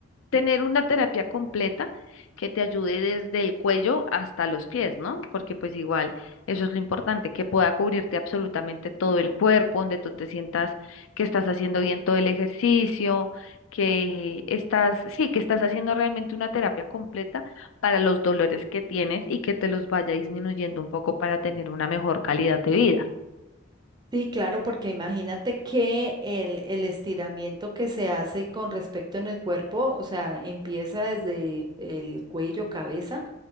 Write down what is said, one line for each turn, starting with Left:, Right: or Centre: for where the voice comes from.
Left: tener una terapia completa que te ayude desde el cuello hasta los pies, ¿no? Porque pues igual, eso es lo importante, que pueda cubrirte absolutamente todo el cuerpo, donde tú te sientas que estás haciendo bien todo el ejercicio, que estás, sí, que estás haciendo realmente una terapia completa para los dolores que tienes y que te los vaya disminuyendo un poco para tener una mejor calidad de vida.
Right: Sí, claro, porque imagínate que el, el estiramiento que se hace con respecto en el cuerpo, o sea, empieza desde el cuello, cabeza.